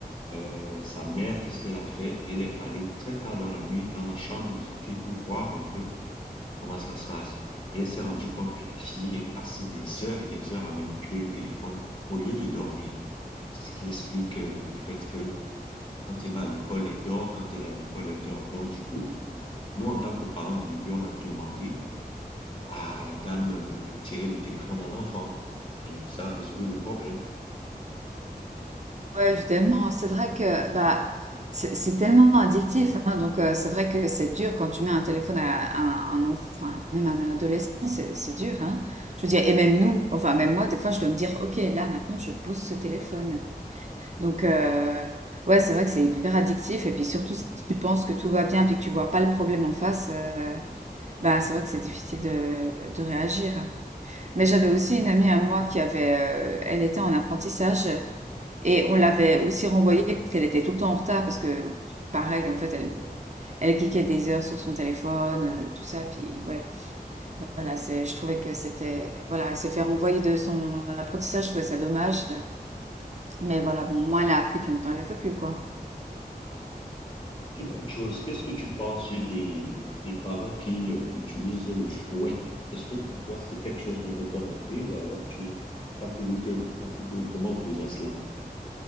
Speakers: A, on the left; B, on the right.
A: Euh, sa mère, qu'est-ce qu'elle a fait? Elle est allée très tard dans la nuit dans la chambre de sa fille pour voir un peu comment ça se passe. Et elle s'est rendue compte que la fille est passée des heures et des heures à manipuler le téléphone au lieu de dormir. C'est ce qui explique euh, le fait que quand elle va à l'école, elle dort. Quand elle est à l'école, elle dort. Donc, du coup, nous, en tant que parents délégués, on a demandé à la dame de retirer le téléphone à l'enfant. Et ça a résolu le problème.
B: Ouais, évidemment, c'est vrai que bah, c'est c'est tellement addictif, hein, donc euh, c'est vrai que c'est dur quand tu mets un téléphone à, à un enfant, enfin, même à un adolescent, c'est c'est dur, hein. Je
A: Mhm.
B: veux dire, et même nous, enfin même moi, des fois, je dois me dire, ok, là maintenant, je pose ce téléphone. Donc euh, ouais, c'est vrai que c'est hyper addictif, et puis surtout si tu penses que tout va bien, puis que tu vois pas le problème en face, euh, bah c'est vrai que c'est difficile de, de réagir. Mais j'avais aussi une amie à moi qui avait, euh, elle était en apprentissage et on l'avait aussi renvoyée parce qu'elle était tout le temps en retard parce que, pareil, en fait, elle, elle cliquait des heures sur son téléphone, euh, tout ça. Puis, ouais, voilà, c'est, je trouvais que c'était, voilà, elle s'est fait renvoyer de son apprentissage, je trouvais ça dommage. Mais voilà, bon, moi, elle a appris, puis maintenant, elle le fait plus, quoi.
A: Dis-moi une chose, qu'est-ce que tu penses des, des parents qui euh, utilisent le fouet? Est-ce que pour toi c'est quelque chose de recommandé ou alors tu es catégorique- catégoriquement opposé à cela?